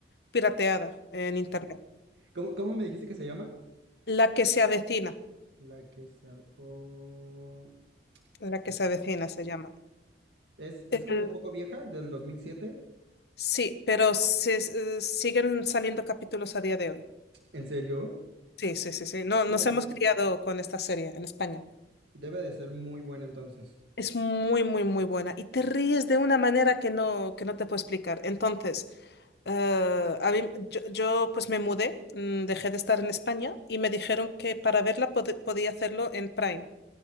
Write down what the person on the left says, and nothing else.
pirateada en internet.
La que se avecina,
la que
se avecina se llama.
El-
sí, pero se- eh, siguen saliendo capítulos a día de hoy.
Sí, sí, sí, sí. No,
nos
hemos criado con esta serie en España.
Es muy, muy, muy buena. Y te ríes de una manera que no, que no te puedo explicar. Entonces, eh, a mí, yo, yo, pues me mudé, mm, dejé de estar en España y me dijeron que para verla pod- podía hacerlo en Prime.